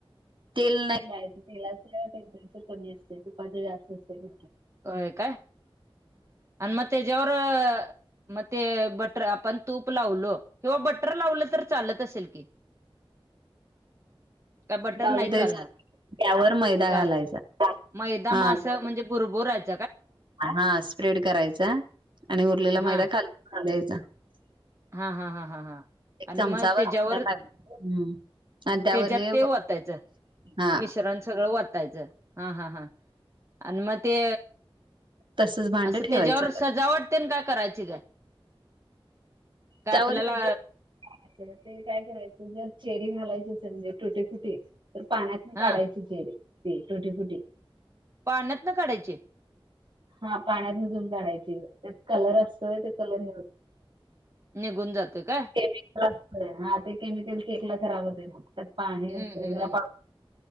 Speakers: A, on the right; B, on the right.
A: तेल नाही लावायचं, तेलाच टेम्परेचर कमी असते. तुपाच जास्त असते.
B: होय काय, आणि मग तेच्यावर. मग ते बटर आपण तूप लावलो किंवा, बटर लावलं तर चालत असेल की. <inaudible> तवा बटर
A: लावलं
B: नाही
A: तरी
B: चालणार.
A: चालत त्यावर मैदा
B: चाल
A: घालायचा
B: मैदा
A: हा
B: मग असं म्हणजे, उरत.
A: हा स्प्रेड करायचा, आणि उरलेला
B: हा
A: मैदा खाल हां दे जा.
B: हा हा हा हा हा.
A: एक
B: आणि
A: चमचाभर
B: मग त्याच्यावर
A: त्यात टाक हम्म. आणि त्यावर
B: त्याच्यात
A: हे,
B: ते वतायचं
A: हां.
B: मिश्रण सगळं वतायचं हा हा हां. आणि मग ते
A: तसच भांड
B: असं
A: ठेवायचं
B: तेच्यावर
A: त्यात.
B: सजावट. कोन काय करायची काय. काय
A: त्यावर
B: आपल्याला
A: लगेच. अ ते काय करायचं. जर चेरी घालायचं असेल म्हणजे टुटीफुटी. तर पाण्यातन
B: हा
A: काढायची, चेरी टूटीफुटी.
B: पाण्यातन काढायचे.
A: हा पाण्यात भुजून काढायची होय. कलर असतोय ते कलर हे,
B: निघून जातोय काय.
A: केमिकल असतंय हा ते, केमिकल शेकला खराब होतंय. मग त्यात पाणी
B: हम्म
A: असतय
B: हम्म
A: गं
B: हम्म